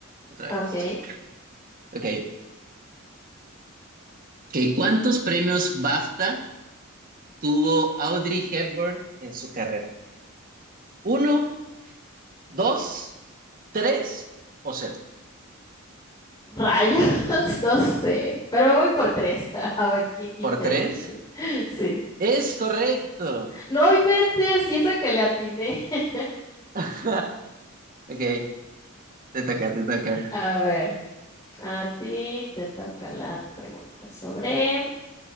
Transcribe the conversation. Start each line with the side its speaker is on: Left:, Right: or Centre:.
Right: otra
Left: Ok,
Right: vez. Ok, ok, ¿cuántos premios BAFTA tuvo Audrey Hepburn en su carrera? ¿Uno, dos, tres o cero?
Left: Rayas, <laughs> no sé, pero me voy por tres, <laughs> a ver quién quite
Right: ¿Por tres?
Left: y sí, <laughs> sí.
Right: Es correcto.
Left: No inventes, y eso que le atiné. <laughs>
Right: <laughs> Ok, te toca, te toca.
Left: A ver, a ti te toca la pregunta sobre